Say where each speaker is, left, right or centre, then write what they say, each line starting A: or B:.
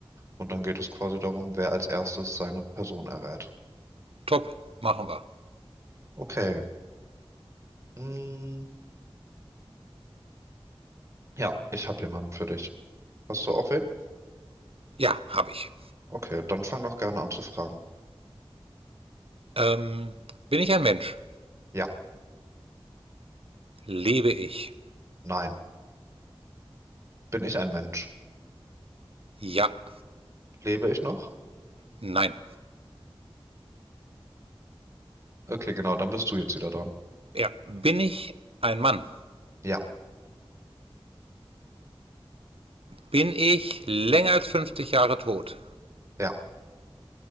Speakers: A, on the right; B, on the right.
A: Und dann geht es quasi darum, wer als erstes seine Person errät.
B: Top, machen wir.
A: Okay. Mm, ja, ich habe jemanden für dich. Hast du auch wen?
B: Ja, habe ich.
A: Okay, dann fang doch gerne an zu fragen.
B: Ähm, bin ich ein Mensch?
A: Ja,
B: Lebe ich?
A: nein. Bin ich ein Mensch?
B: Ja.
A: Lebe ich noch?
B: Nein.
A: Okay, genau, dann bist du jetzt wieder dran.
B: Ja. Bin ich ein Mann?
A: Ja,
B: Bin ich länger als 50 Jahre tot?
A: ja,